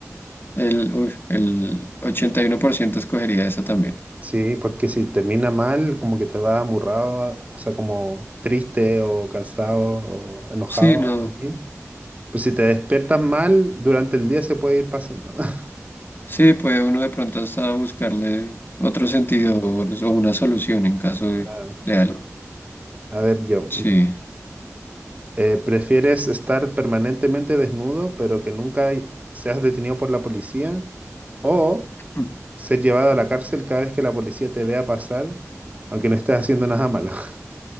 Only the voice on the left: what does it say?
El, uy, el 81% escogería esa también.
Sí, no.
Sí, puede uno de pronto hasta buscarle otro sentido o o una solución en caso de,
de algo.
Sí.
Mm.